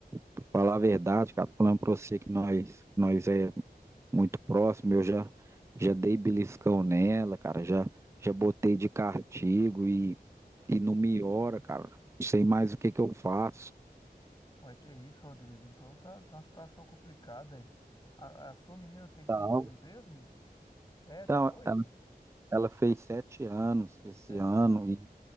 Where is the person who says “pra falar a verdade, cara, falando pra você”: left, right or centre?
Right